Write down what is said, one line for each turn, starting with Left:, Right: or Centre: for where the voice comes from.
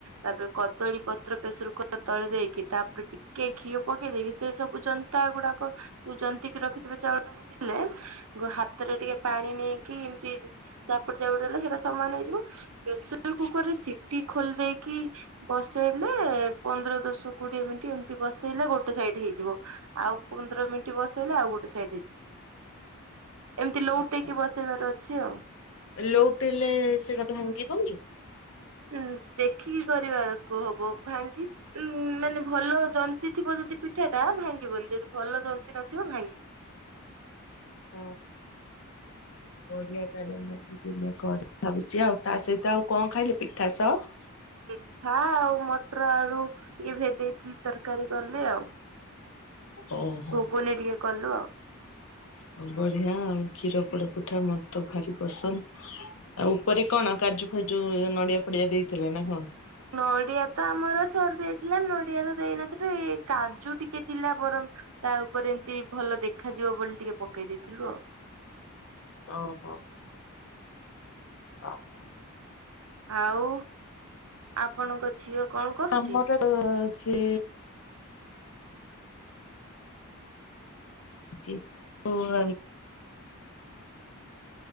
Right: ତାପରେ କଦଳୀ ପତ୍ର ପେସର କୁକର ତଳେ ଦେଇକି ତାପରେ ଟିକେ ଘିଅ ପକେଇ ଦେଇକି, ସେ ସବୁ ଜନ୍ତା ଗୁଡାକ ଜନ୍ତିକି ରଖିଥିବେ, ଚାଉଳ ଟାକୁ ଦେଲେ କିନ୍ତୁ ହାତରେ ଟିକେ ପାଣି ନେଇକି ଏମିତି ଚାପୁଡି ଚାପୁଡି ଦେଲେ ସେଇଟା ସମାନ ହେଇଯିବ। ପ୍ରେସର କୁକରରେ ସିଟି ଖୋଲି ଦେଇକି ବସେଇଲେ, ପନ୍ଦର, ଦଶ, କୋଡିଏ ମିନିଟ ଏମିତି ବସେଇଲେ ଗୋଟେ ସାଇଟ ହେଇଯିବ। ଆଉ ପନ୍ଦର ମିନିଟ ବସେଇଲେ ଆଉ ଗୋଟେ ସାଇଡ ହେଇଯିବ। ଏମିତି ଲୋଉଟେଇ
Left: ଆଚ୍ଛା।
Right: କି ବସେଇବାର ଅଛି ଆଉ?
Left: ଲୋଉଟେଇଲେ ସେଇଟା ଭାଙ୍ଗିବନି?
Right: ଉଁ ଦେଖିକି କରିବାକୁ ହବ। ଭାଙ୍ଗି ଉ ମାନେ ଭଲ ଜ ନ୍ତି ଥିବ ଯଦି ପିଠାଟା ଭାଙ୍ଗିବନି। ଯଦି ଭଲ ଜନ୍ତି ନଥିବ ଭାଙ୍ଗିଯିବ।
Left: ହଁ, ବଢିଆ ତାହାଲେ ତ। ଦିନେ କରିବି ଭାବିଛି ଆଉ, ତା ସହିତ ଆଉ କଣ ଖାଇଲେ ପିଠାସହ?
Right: ପିଠା ଆଉ ମଟର ଆଳୁ ଟିକେ ଭେଦେଇଥିଲି, ତରକାରୀ କଲି ଆଉ।
Left: ଓହୋ।
Right: ଘୁଗୁନି ଟିକେ କଲୁ ଆଉ।
Left: ହଁ ବଢିଆ ଆଉ। କ୍ଷୀର ପୋଡ ପିଠା ମତେ ତ ଭାରି ପସନ୍ଦ। ଆଉ ଉପରେ କଣ? କାଜୁ ଫାଜୁ, ନଡିଆ ଫଡିଆ ଦେଇଥିଲେ ନା କଣ?
Right: ନଡିଆ ତ ଆମର ସରିଯାଇଥିଲା, ନଡିଆ ତ ଦେଇନଥିଲୁ। ଏଇ କାଜୁ ଟିକେ ଥିଲା ବରଂ ତା ଉପରେ ଏମିତି ଭଲ ଦେଖାଯିବ ବୋଲି ଟିକେ ପକେଇ ଦେଇଥିଲୁ ଆଉ।
Left: ଓହୋ। ହ ହ। <unintelligible>
Right: ଆଉ ଆପଣଙ୍କ ଝିଅ କଣ କରୁଛି?
Left: ଆମର ସେ ଜି <inaudible> <unintelligible>